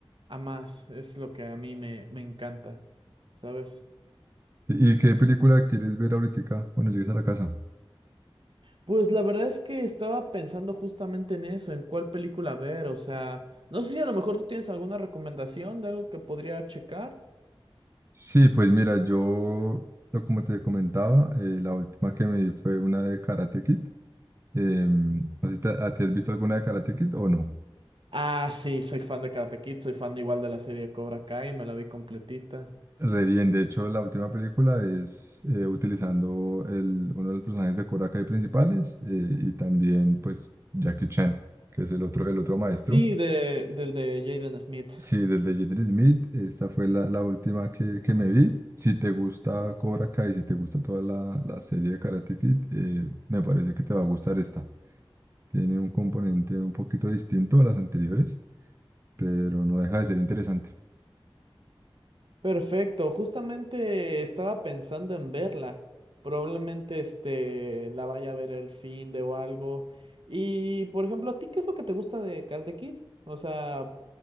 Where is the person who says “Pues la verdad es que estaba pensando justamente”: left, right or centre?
Right